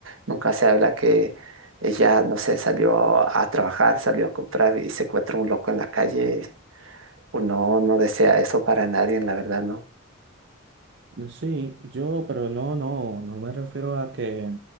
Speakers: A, on the right; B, on the right.
A: nunca se habla que ella, no sé, salió a trabajar, salió a comprar y se encuentra un loco en la calle. Uno no no desea eso para nadie, la verdad, ¿no?
B: Sí, yo, pero no, no, no me refiero a que